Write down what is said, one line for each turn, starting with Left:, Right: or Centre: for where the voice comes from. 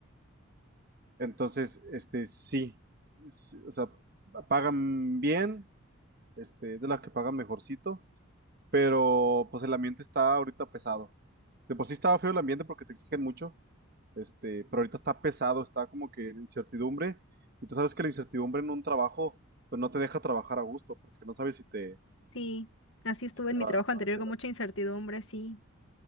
Right: Entonces, este, sí, sí, o sea, pagan bien, este, es de las que pagan mejorcito Pero pues el ambiente está ahorita pesado. De por sí estaba feo el ambiente porque te exigen mucho, este, pero ahorita está pesado, está como que en incertidumbre. Y tú sabes que la incertidumbre en un trabajo, pues no te deja trabajar a gusto, porque no sabes si te,
Left: Sí,
Right: si-
Left: así estuve
Right: si te
Left: en mi
Right: va-
Left: trabajo
Right: si
Left: anterior
Right: va a hacer
Left: con
Right: algo.
Left: mucha incertidumbre, sí.